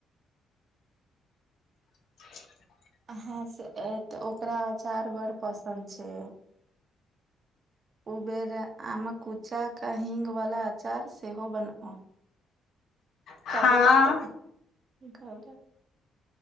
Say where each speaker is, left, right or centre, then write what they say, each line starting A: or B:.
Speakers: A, on the left; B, on the right.
A: <inaudible> <inaudible>
B: ह से तऽ ओकरा अचार बड़ पसन्द छै उबेरे आमकुचाके हीङ्गवला अचार सेहो बनाउ
A: हँ
B: कविता तऽ कह